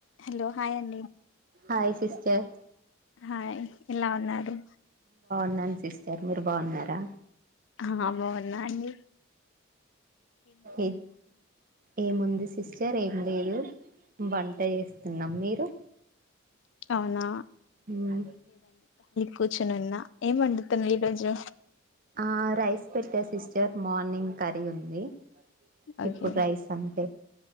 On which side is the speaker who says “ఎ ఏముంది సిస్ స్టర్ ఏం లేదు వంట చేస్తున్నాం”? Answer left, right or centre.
Right